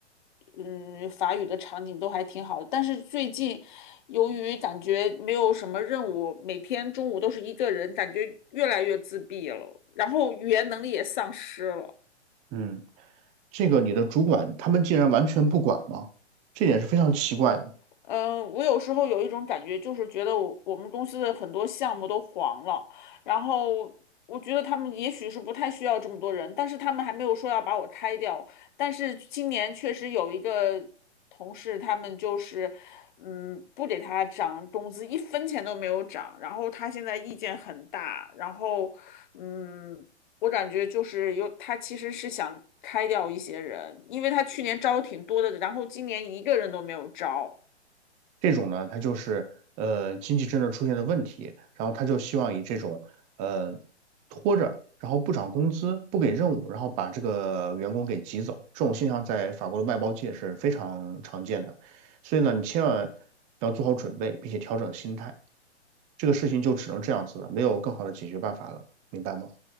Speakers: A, on the left; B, on the right.
A: 嗯，法语的场景都还挺好的。但是最近由于感觉没有什么任务，每天中午都是一个人，感觉越来越自闭了，然后语言能力也丧失了。
B: 嗯，这个你的主管他们竟然完全不管吗？这点是非常奇怪的。
A: 嗯，呃我有时候有一种感觉，就是觉得我我们公司的很多项目都黄了，然后我觉得他们也许是不太需要这么多人，但是他们还没有说要把我开掉。但是今年确实有一个同事，他们就是，嗯，不给他涨工资，一分钱都没有涨，然后他现在意见很大，然后，嗯，我感觉就是有，他其实是想开掉一些人，因为他去年招挺多的，然后今年一个人都没有招。
B: 这种呢，它就是呃经济政策出现了问题，然后他就希望以这种呃拖着，然后不涨工资、不给任务，然后把这个员工给挤走，这种现象在法国的外包界是非常常见的。所以呢，你千万要做好准备，并且调整心态。这个事情就只能这样子了，没有更好的解决办法了，明白吗？